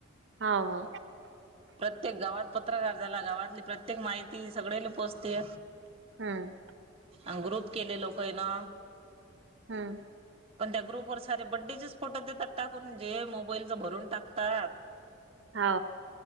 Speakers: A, on the right; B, on the right.
A: हो हो
B: प्रत्येक गावांत पत्रकांर झालां गावांतली प्रत्येक माहिती सगळें कडे पोहोचते
A: हम्म.
B: अ ग्रुप केले लोकं आहे ना.
A: हम्म.
B: पण त्या सारे बड्डेचेच फोटो देतात टाकून जे मोबाईलचं भरून टाकतात.
A: हा.